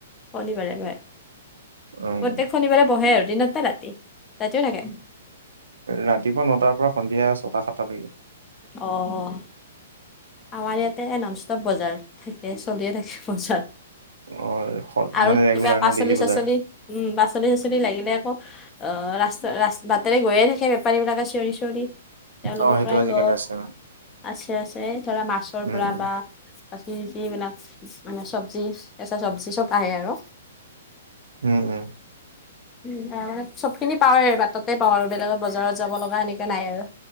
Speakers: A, on the left; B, on the right.
A: শনিবাৰে বহে
B: উম
A: প্ৰত্যেক শনিবাৰে বহে আৰু দিনত নে ৰাতি? ৰাতিও থাকে।
B: ৰাতিপুৱা নটাৰ পৰা সন্ধিয়া ছটা সাতটা লৈকে।
A: অ' আমাৰ ইয়াতে নন ষ্টপ বজাৰ থাকে চলিয়ে থাকে। বজাৰ,
B: অ
A: আৰু
B: মানে ৰেগুলাৰ
A: কিবা পাচলি
B: ন ডেইলি বজাৰ
A: চাচলি উম পাচলি চাচলি লাগিলে আকৌ অ' ৰাস্তা ৰাস্তা বা টৰে গৈয়ে থাকে বেপাৰী বিলাকে চিঞৰি চিঞৰি, তেওঁলোকৰ
B: অ সেইটো
A: পৰাই
B: আজিকালি
A: লয়।
B: আছে
A: আছে আছে ধৰা মাছৰ
B: উম
A: পৰা
B: উম
A: বা বাকী যি মানে মানে চবজি কেঁচা চব্জি চব আহে আৰু।
B: উম উম।
A: উম মানে চব খিনি পাওঁৱেই আৰু বাটতে পাওঁ আৰু বেলেগত বজাৰত যাব লগা এনেকুৱা নাই আৰু।